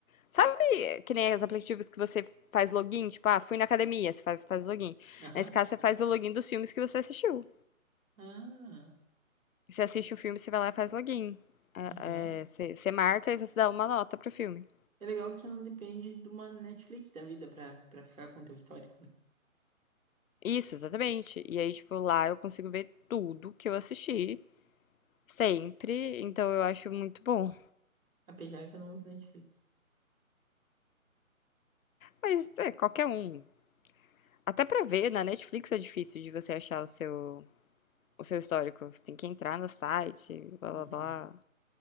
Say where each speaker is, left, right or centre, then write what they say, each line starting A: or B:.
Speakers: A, on the left (about 75°); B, on the right (about 70°).
A: Sabe que nem os aplicativos que você faz login? Tipo, ah, fui na academia, você faz, faz login.
B: Aham.
A: Nesse caso, você faz o login dos filmes que você assistiu.
B: Ah,
A: Você assiste o filme, você vai lá e faz login. É,
B: aham.
A: é, você, você marca e você dá uma nota pro filme.
B: É legal que não depende de uma Netflix da vida pra, pra ficar com o teu histórico, né?
A: Isso, exatamente. E aí, tipo, lá eu consigo ver tudo que eu assisti, sempre. Então eu acho muito bom.
B: Apesar que eu não uso Netflix.
A: Mas é, qualquer um. Até pra ver, na Netflix é difícil de você achar o seu, o seu histórico. Você tem que entrar no site, blá blá
B: Uhum.
A: blá.